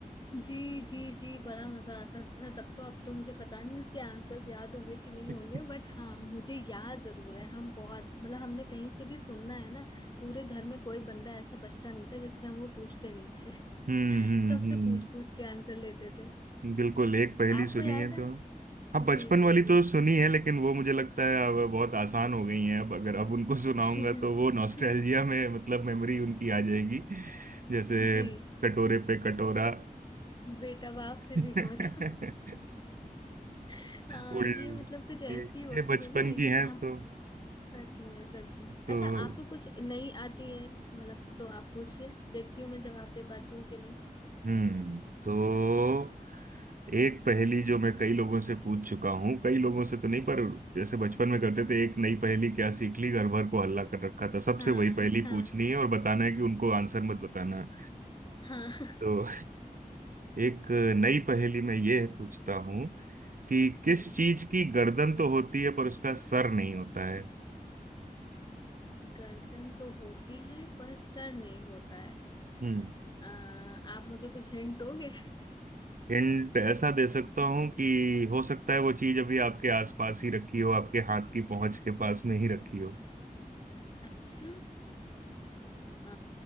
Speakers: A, on the left; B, on the right.
A: जी जी जी बड़ा मजा आता था तब तो अब तो मुझे पता नहीं उसके आंसर्स याद होंगे कि नहीं
B: <laughs>
A: होंगे बट हाँ मुझे याद जरूर है हम बहुत मतलब हमने कहीं से भी सुनना है ना पूरे घर में कोई बंदा ऐसा बचता नहीं था जिससे हम वो पूछते नहीं थे
B: हम्म हम्म
A: <laughs> सबसे
B: हम्म
A: पूछ पूछ के आंसर लेते थे
B: बिल्कुल एक पहेली
A: आपको
B: सुनी
A: याद
B: है तो
A: है
B: हाँ बचपन
A: जी जी
B: वाली
A: जी
B: तो सुनी है लेकिन वो मुझे लगता है अब बहुत आसान हो गई हैं अब अगर अब उनको सुनाऊंगा
A: <laughs>
B: तो वो नॉस्टैल्जिया में मतलब मेमोरी उनकी आ जाएगी जैसे
A: जी
B: कटोरे पे कटोरा
A: बेटा बाप
B: <laughs>
A: से भी गोरा <laughs> हाँ
B: उल
A: ये मतलब कुछ
B: ये
A: ऐसी होती
B: ये बचपन
A: है ना ये
B: की हैं
A: हम
B: तो
A: सच में सच में
B: तो
A: अच्छा आपको कुछ नई आती है मतलब तो आप पूछिए देखती हूँ मैं जवाब दे पाती हूँ कि नहीं
B: हम्म तो एक पहेली जो मैं कई लोगों से पूछ चुका हूँ कई लोगों से तो नहीं पर जैसे बचपन में करते थे एक नई पहेली क्या सीख ली घर भर को हल्ला कर रखा था सबसे
A: हाँ
B: वही पहेली
A: हाँ
B: पूछनी है और बताना है कि उनको आंसर मत बताना
A: हाँ <laughs>
B: तो एक नई पहेली में ये पूछता हूँ कि किस
A: हम्म
B: चीज की गर्दन तो होती है पर उसका सर नहीं होता है
A: गर्दन तो होती है पर सर नहीं होता है
B: हम्म
A: आ, आप मुझे कुछ हिंट दोगे
B: हिंट ऐसा दे सकता हूँ कि हो सकता है वो चीज अभी आपके आसपास ही रखी हो आपके हाथ की पहुंच के पास में ही रखी हो
A: अच्छा आ,